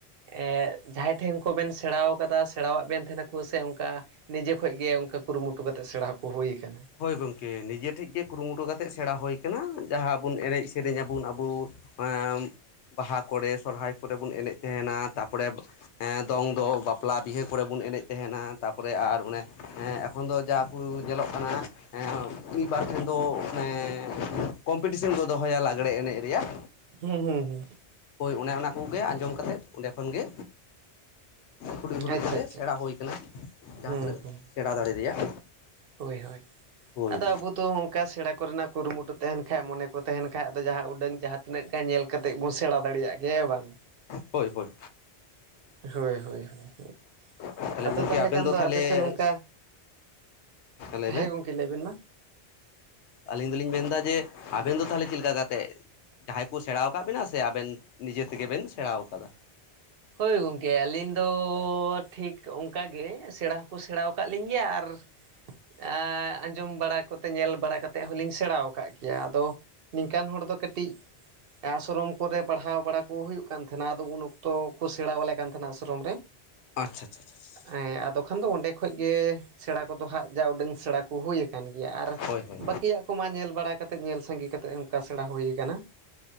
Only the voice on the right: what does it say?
ᱮᱫᱻ ᱡᱟᱸᱦᱟᱭ ᱴᱷᱮᱱ ᱠᱚᱵᱮᱱ ᱥᱮᱬᱟᱣ ᱠᱟᱫᱟ ᱥᱮᱬᱟᱣᱟᱜ ᱵᱮᱱ ᱛᱮᱦᱮᱱᱟᱠᱚ ᱥᱮ ᱚᱱᱠᱟ ᱱᱤᱡᱮ ᱠᱷᱡ ᱜᱮ ᱚᱱᱠᱟ ᱠᱩᱨᱩᱢᱩᱴᱩ ᱠᱟᱛᱮ ᱥᱮᱬᱟ ᱦᱚ ᱦᱩᱭ ᱠᱟᱱᱟ ᱾
ᱦᱩᱸ ᱦᱩᱸ ᱦᱩᱸ᱾
ᱟᱪᱪᱷᱟ
ᱟᱪᱪᱷᱟ
ᱟᱪᱪᱷᱟ
ᱦᱩᱸ
ᱦᱩᱸ
ᱦᱳᱭ ᱦᱳᱭ
ᱟᱫᱚ ᱟᱵᱚ ᱫᱚ ᱠᱟ ᱥᱮᱬᱟ ᱠᱚᱨᱮᱱᱟᱜ ᱠᱩᱨᱩᱢᱩᱴᱩ ᱛᱟᱦᱮᱱ ᱠᱷᱟᱡ ᱢᱚᱱᱮ ᱠᱚ ᱛᱟᱦᱮᱱ ᱠᱷᱟᱡ ᱟᱫᱚ ᱡᱟᱦᱟᱸ ᱩᱰᱟᱹᱱ ᱡᱟᱦᱟᱸ ᱛᱤᱱᱟᱹᱜ ᱜᱮ ᱧᱮᱞ ᱠᱟᱛᱮᱜ ᱵᱚᱱ ᱥᱮᱬᱟ ᱫᱟᱲᱮᱭᱟᱜ ᱜᱮᱭᱟ ᱦᱮᱸ ᱵᱟᱝ?
ᱦᱳᱭ ᱦᱳᱭ ᱦᱳᱭ ᱦᱳᱭ,
ᱟᱫᱚ
ᱛᱟᱦᱞᱮ
ᱠᱷᱟᱱ ᱫᱚ
ᱟᱯᱮ ᱥᱮᱱ ᱚᱝᱠᱟ
ᱦᱮᱸ ᱜᱚᱝᱠᱮ ᱞᱟᱹᱭᱵᱮᱱ ᱢᱟ᱾
ᱦᱳᱭ ᱜᱚᱝᱠᱮ ᱟᱹᱞᱤᱧ ᱫᱚ ᱴᱷᱤᱠ ᱚᱱᱠᱟ ᱜᱮ ᱥᱮᱬᱟ ᱦᱚᱸᱠᱚ ᱥᱮᱬᱟᱣᱟᱠᱟᱜ ᱞᱤᱧ ᱜᱮᱭᱟ ᱟᱨ ᱮᱸᱜ, ᱟᱸᱡᱚᱢ ᱵᱟᱲᱟ ᱠᱚᱛᱮ ᱧᱮᱞ ᱵᱟᱲᱟ ᱠᱟᱛᱮᱫ ᱦᱚᱞᱤᱧ ᱥᱮᱬᱟᱣ ᱠᱟᱜ ᱜᱮᱭᱟ ᱟᱫᱚ᱾ ᱱᱤᱝᱠᱟᱱ ᱦᱚᱲ ᱫᱚ ᱠᱟᱹᱴᱤᱡ ᱟᱥᱨᱚᱢ ᱠᱚᱨᱮ ᱯᱟᱲᱦᱟᱣ ᱵᱟᱲᱟ ᱠᱚ ᱦᱩᱭᱩᱜ ᱠᱟᱱ ᱛᱟᱸᱦᱮᱱᱟ ᱟᱫᱚ ᱩᱱ ᱚᱠᱛᱚ᱾ ᱠᱚ ᱥᱮᱬᱟᱣᱟᱞᱮ ᱠᱟᱱ ᱛᱟᱸᱦᱮᱱᱟ ᱟᱥᱨᱚᱢ ᱨᱮ᱾
ᱮᱸ, ᱟᱫᱚ ᱠᱷᱟᱱ ᱫᱚ ᱚᱸᱰᱮ ᱠᱷᱚᱡ ᱜᱮ᱾ ᱥᱮᱬᱟ ᱠᱚᱫᱚ ᱦᱟᱸᱜ ᱡᱟ ᱩᱰᱟᱹᱝ ᱥᱮᱬᱟ ᱠᱚ ᱦᱩᱭ ᱟᱠᱟᱱ ᱜᱮᱭᱟ ᱟᱨ
ᱵᱟᱹᱠᱤᱭᱟᱜ ᱠᱚ ᱢᱟ ᱧᱮᱞ ᱵᱟᱲᱟ ᱠᱟᱛᱮᱜ ᱧᱮᱞ ᱥᱟᱸᱜᱮ ᱠᱟᱛᱮᱜ ᱚᱝᱠᱟ ᱥᱮᱬᱟ ᱦᱩᱭ ᱟᱠᱟᱱᱟ᱾